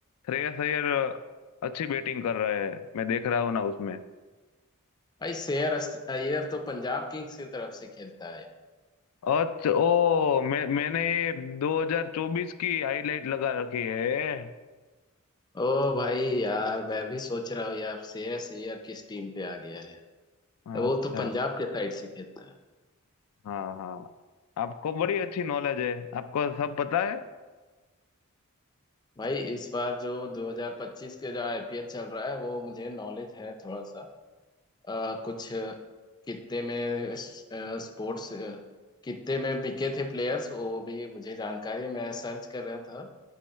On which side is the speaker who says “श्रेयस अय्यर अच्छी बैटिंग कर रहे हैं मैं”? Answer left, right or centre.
Left